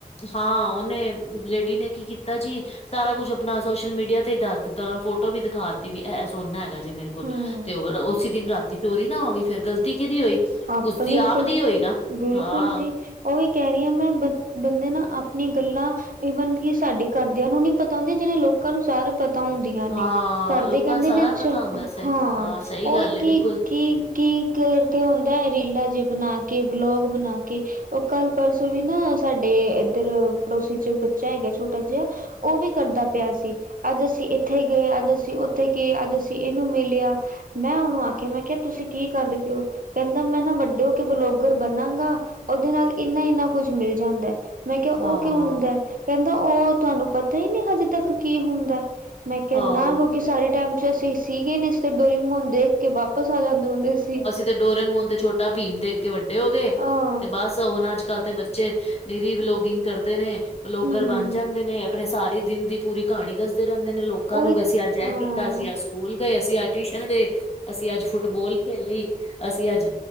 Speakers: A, on the left; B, on the right.
A: ਹਾਂ ਓਨੇ ਲੇਡੀ ਨੇ ਕੀ ਕੀਤਾ ਜੀ ਸਾਰਾ ਕੁੱਛ ਅਪਨਾ ਸੋਸ਼ਲ ਮੀਡੀਆ ਤੇ ਈ ਦੱਸ ਦਿੱਤਾ ਓਨਾ ਫੋਟੋ ਵੀ ਦਿਖਾ ਦਿੱਤੀ ਵੀ ਐ, ਐ ਸੋਨਾ ਹੈਗਾ ਜੀ ਮੇਰੇ ਕੋਲ।
B: ਹੂੰ
A: ਤੇ ਹੋਰ ਉਸੀ ਦਿਨ ਰਾਤੀ ਚੋਰੀ ਨਾ ਹੋ ਗੀ ਫੇਰ ਗਲਤੀ ਕਿਦੀ ਹੋਈ?
B: ਅਪਨੀ
A: ਉਸਦੀ ਆਪ
B: ਗਲਤੀ,
A: ਦੀ ਹੋਈ ਨਾ
B: ਬਿਲਕੁਲ
A: ਹਾਂ
B: ਸੀ। ਓਈ ਕੈ ਰੀ ਆਂ ਮੈਂ ਬ, ਬੰਦੇ ਨਾ ਆਪਨੀ ਗੱਲਾਂ ਈਵਨ ਕਿ ਸਾਡੇ ਘਰਦੇਆਂ ਨੂੰ ਨੀ ਪਤਾ ਹੁੰਦੀ, ਜਿਨੀ ਲੋਕਾਂ ਨੂੰ ਸਾਰੇ ਪਤਾ ਹੁੰਦੀ ਆਂ ਨੇ
A: ਹਾਂ
B: ਘਾਰਦੇ
A: ਲੋਕਾਂ
B: ਕੈਂਦੇ
A: ਨੂੰ ਸਾਰਾ
B: ਨੇ ਅੱਛਾ,
A: ਪਤਾ ਹੁੰਦਾ ਸਹੀ
B: ਹਾਂ
A: ਸਹੀ
B: ਓਈ
A: ਗੱਲ ਹੈ
B: ਕੀ,
A: ਬਿਲਕੁਲ
B: ਕੀ ਕੀ ਕਰਕੇ ਹੁੰਦੈ, ਰੀਲਾਂ ਜੀਆ ਬਨਾ ਕੇ, ਵਲੋਗ ਬਨਾ ਕੇ। ਓ ਕੱਲ ਪਰਸੋਂ ਵੀ ਨਾ ਸਾਡੇ ਏਧਰ ਪੜੋਸੀ 'ਚ ਬੱਚਾ ਹੈਗਾ ਛੋਟਾ ਜੇਆ ਓ ਵੀ ਕਰਦਾ ਪੇਆ ਸੀ। ਅੱਜ ਅਸੀ ਇੱਥੇ ਗਏ, ਅੱਜ ਅਸੀ ਉਥੇ ਗਏ, ਅੱਜ ਅਸੀ ਇਨੂੰ ਮਿਲੇਆ ਮੈਂ ਓਨੂੰ ਆਖੇਆ ਮੈਂ ਕੇਆ ਤੁਸੀ ਕੀ ਕਰਦੇ ਪੇਓ? ਕੈਂਦਾ ਮੈਂ ਨਾ ਵੱਡੇ ਹੋ ਕੇ ਵਲੋਗਰ ਬਨਾਂਗਾ ਓਦੇ ਨਾਲ ਇੰਨਾ-ਇੰਨਾ ਕੁੱਛ ਮਿਲ ਜਾਂਦਾ। ਮੈਂ ਕੇਆ
A: ਹਾਂ
B: ਓ ਕਿਉਂ ਹੁੰਦਾ, ਕੈਂਦਾ ਓ ਤੁਆਨੂੰ ਪਤਾ ਈ ਨੀ ਹਜੇ ਤੱਕ ਕੀ ਹੁੰਦਾ ਮੈਂ ਕੇਆ
A: ਹਾਂ
B: ਨਾ, ਕਿਉਂਕਿ ਸਾਡੇ ਟੈਮ 'ਚ ਐ ਸੀ, ਸੀਗੇ ਨੀ, ਅਸੀ ਤੇ ਡੋਰੇਮੋਨ ਦੇਖ ਕੇ ਵਾਪਸ ਆ ਜਾਂਦੇ ਹੁੰਦੇ ਸੀ।
A: ਤੇ ਡੋਰੇ ਮੋਨ ਤੇ ਛੋਟਾ ਭੀਮ ਦੇਖ ਕੇ ਵੱਡੇ ਹੋ ਗਏ
B: ਆਹ
A: ਤੇ ਬੱਸ ਓਨਾਂ 'ਚ ਕਾੱਲ ਤੇ ਬੱਚੇ ਨਿਰੀ ਵਲੋਗਿੰਗ ਕਰਦੇ ਨੇ ਵਲੋਗਰ
B: ਹੂੰ
A: ਬਨ ਜਾਂਦੇ ਨੇ, ਅਪਨੇ ਸਾਰੇ ਦਿਨ ਦੀ ਪੂਰੀ ਕਹਾਣੀ ਦੱਸਦੇ ਰੈਂਦੇ ਨੇ ਲੋਕ ਕਾਂ
B: ਉਹੀ
A: ਨੂੰ ਵੀ ਅਸੀ ਆੱਜ ਐ
B: ਹਾਂ
A: ਕੀਤਾ, ਅਸੀ ਆੱਜ ਸੂਕੂਲ ਗਏ, ਅਸੀ ਆੱਜ ਟਵੀਸ਼ਨ ਗਏ, ਅਸੀ ਆੱਜ ਫੁੱਟ ਫੁੱਟਬੋਲ ਖੇਲੀ, ਅਸੀ ਆੱਜ,